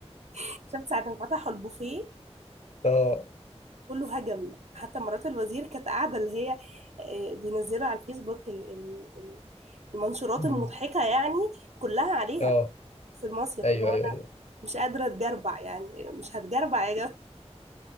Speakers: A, on the right (about 75°); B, on the left (about 75°).
A: <laughs> شفت ساعه ما فتحوا البوفيه
B: اه
A: كله هجم حتى مرات الوزير كانت قاعده اللي هي آه، بينزلها على الفيسبوك ال- ال- ال- المنشورات
B: مم.
A: المضحكه يعني كلها عليها
B: اه
A: في المصيف
B: ايوه
A: اللي هو
B: ايوه ايوه
A: مش قادرة اتجربع يعني مش هتجربع يا جماعة